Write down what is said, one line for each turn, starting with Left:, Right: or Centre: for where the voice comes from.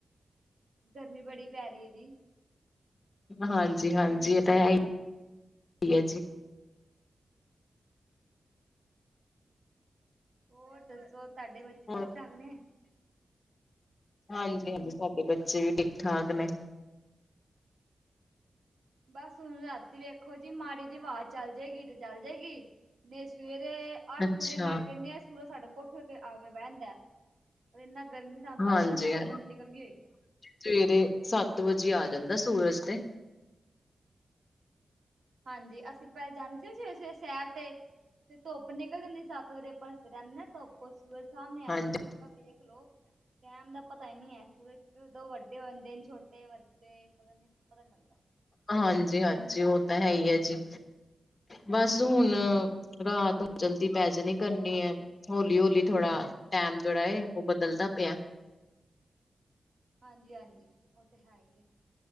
Right: ਗਰਮੀ ਬੜੀ ਪੈ, ਰਹੀ ਐ ਜੀ।
Left: ਹਾਂਜੀ- ਹਾਂਜੀ, ਇਹ ਤਾਂ ਹੈ ਈ, ਹੈ ਜੀ।
Right: ਹੋਰ ਦੱਸੋ? ਤੁਹਾਡੇ ਬੱਚੇ
Left: ਹੋਰ
Right: ਠੀਕ- ਠਾਕ ਨੇ?
Left: ਹਾਂਜੀ -ਹਾਂਜੀ, ਸਾਡੇ ਬੱਚੇ ਵੀ ਠੀਕ -ਠਾਕ ਨੇ।
Right: ਬਸ ਹੁਣ ਰਾਤੀ ਵੇਖੋ ਜੀ, ਮਾੜੀ ਜੀ ਹਵਾ ਚੱਲ ਜੇ ਗੀ, ਤੇ ਚੱਲ ਜੇ ਗੀ। ਨਹੀ, ਸਵੇਰੇ ਅੱਠ
Left: ਅੱਛਾ।
Right: ਵਡੇ ਮੈਂ ਕਹਿੰਨੀ ਆ, ਸੂਰਜ ਸਾਡੇ ਕੋਠ ਕੇ ਆ ਕੇ ਬਹਿ ਦਾਂ ਏ। ਪਰ ਇੰਨਾ ਗਰਮੀ ਸਾਂ ਪਾਨਾ
Left: ਹਾਂਜੀ-ਹਾਂਜੀ
Right: ਜੀ, ਧੁੱਪ ਨਿਕਲ ਗਈ ਹੋਈ ਐ।
Left: ਸਵੇਰੇ ਸੱਤ ਵਜੇ ਆ, ਜਾਂਦਾ ਸੂਰਜ ਤੇ।
Right: ਹਾਂਜੀ, ਅਸੀ ਪਹਿਲੇ ਜਾਂਦੇ ਸੀ, ਸਵੇਰੇ -ਸਵੇਰੇ ਸ਼ਹਿਰ ਤੇ। ਤੇ ਧੁੱਪ ਨਿਕਲ ਜਾਂਦੀ ਸੱਤ ਵਜੇ, ਆਪਾਂ ਜਾਨੇ ਧੁੱਪ ਸੂਰਜ ਸਾਹਮਣੇ ਆ ਜਾਂਦਾ
Left: ਹਾਂਜੀ।
Right: ਸੀ। ਤਾਂ ਵੇਖ ਲੋ ਟਾਈਮ ਦਾ ਪਤਾ ਨੀ ਐ, ਸੂਰਜ ਕਦੋ ਵੱਡੇ ਹੋ ਜਾਂਦੇ ਦਿਨ ਛੋਟੇ ਵ ਡੇ ਪਤਾ ਨੀ, ਪਤਾ ਨੀ ਲੱਗਦਾ।
Left: ਹਾਂਜੀ -ਹਾਂਜੀ, ਉਹ ਤਾਂ ਹੈ ਹੀ, ਹੈ ਜੀ। ਬਸ, ਹੁਣ ਰਾਤ ਜਲਦੀ ਪੈ ਜਾਣੀ ਕਰਨੀ ਐ। ਹੌਲੀ- ਹੌਲੀ, ਥੋੜਾ ਟੈਮ ਜਿਹੜਾ ਐ, ਉਹ ਬਦਲਦਾ ਪਿਆ।
Right: ਹਾਂਜੀ -ਹਾਂਜੀ, ਉਹ ਤਾਂ ਹੈ ਹੀ ਹੈ,